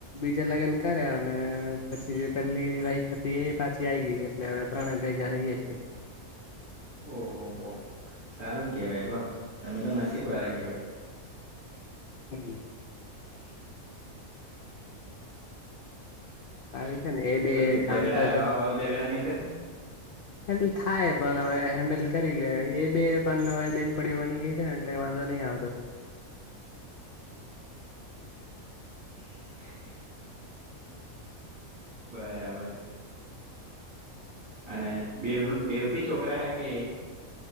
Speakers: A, on the left (about 75°); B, on the right (about 20°).
A: જે લગ્ન કર્યા. ને પછી જે પેલી વાઈફ હતી એ પાછી આ ગઈ. એટલે તણે ભેગા રહીએ છીએ.
B: ઓહો હો. સારું કેહેવાય લો તમે તો નસીબ વાળા કેવાય.
A: હમ!
B: <inaudible>
A: સારું છે ને એ બે
B: તો કે ઝઘડા,
A: કામ પર
B: આવું ઝઘડા નહી થતા?
A: એટલે થાય, પણ હવે હેન્ડલ કરી લે. એ બે પણ હવે બેન પડીઓ બની ગઈ છે ને. એટલે વાંધો નહીં આવતો.
B: <inaudible> બરાબર. અને બે બેવથી છોકરા હા કે?